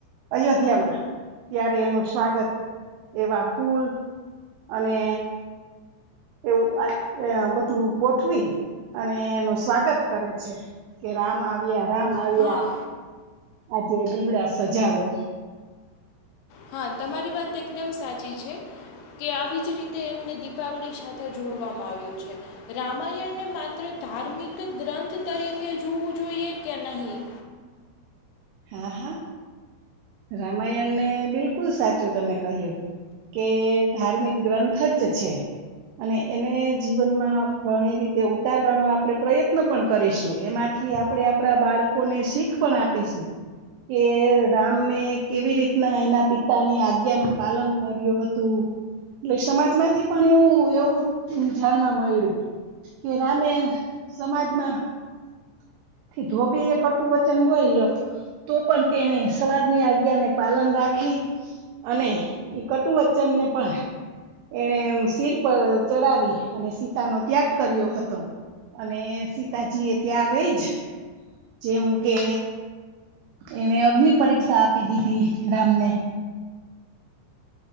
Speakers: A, on the right (about 80°); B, on the left (about 80°).
A: અયોધ્યામાં ત્યારે એનું સ્વાગત એવા ફૂલ અને એવું આ બધું ગોઠવી અને એનું સ્વાગત કરે છે. કે રામ આવ્યા, રામ આવ્યા
B: હા
A: આજે દીવડા સજાવો.
B: હા તમારી વાત એકદમ સાચી છે કે, આવી જ રીતે એમને દીપાવલી સાથે જોડવામાં આવ્યું છે. રામાયણને માત્ર ધાર્મિક ગ્રંથ તરીકે જોવું જોઈએ કે નહીં.
A: હા હા રામાયણને બિલકુલ સાચું તમે કહ્યું કે ધાર્મિક ગ્રંથ જ છે. અને એને જીવનમાં ઘણી રીતે ઉતારવાનો આપણે પ્રયત્ન પણ કરીશું. એમાંથી આપણે આપણા બાળકોને શીખ પણ આપીશું. કે રામે કેવી રીતના એના પિતાની આજ્ઞાનું પાલન કર્યું હતું. એટલે સમાજમાંથી પણ એવું એવું જાણવા મળ્યું, કે રામે સમાજમાંથી ધોબી એ કટું વચન બોલ્યો તો પણ તેણે સમાજની આજ્ઞાને પાલન રાખી અને એ કટુવચનને પણ એણે શિર પર ચડાવી અને સીતાનો ત્યાગ કર્યો હતો. અને સીતાજી એ ત્યાં આવે જ જેમ કે એને અગ્નિ પરીક્ષા આપી દીધી રામને.